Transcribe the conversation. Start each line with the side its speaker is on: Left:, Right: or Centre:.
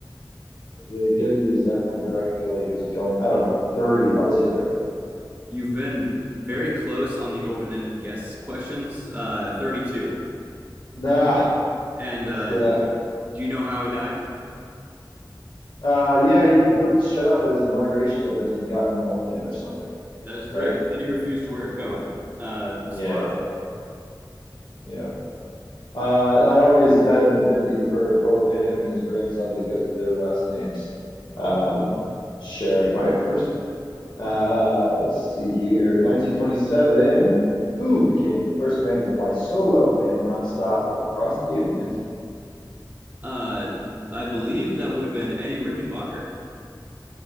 Left: the, getting the exact number, I feel like is going. I don't know. Thirty. I'll just say thirty.
Right: You've been very close on the open-ended guess questions. Uh, 32.
Left: Nah.
Right: And uh,
Left: It's, uh,
Right: do you know how he died?
Left: uh, yeah, he wouldn't shut up at his inauguration address, and he got pneumonia or something.
Right: That is correct.
Left: Right?
Right: Andy refused to wear a coat.
Left: Yeah.
Right: Uh, spot.
Left: Yeah. Yeah. Uh, I always had an affinity for both him and his grandson because of their last names, um, sharing my first name. Uh, let's see here. 1927, who became the first man to fly solo and nonstop across the Atlantic?
Right: Uh, I believe that would have been Eddie Rickenbacker.